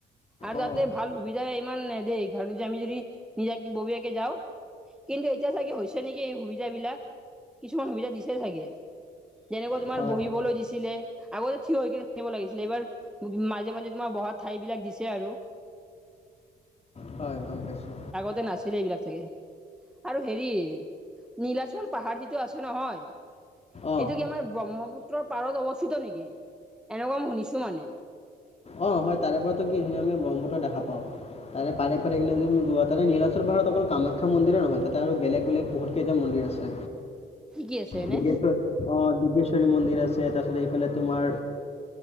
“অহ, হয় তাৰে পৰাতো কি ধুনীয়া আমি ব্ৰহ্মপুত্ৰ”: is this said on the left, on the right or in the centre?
Left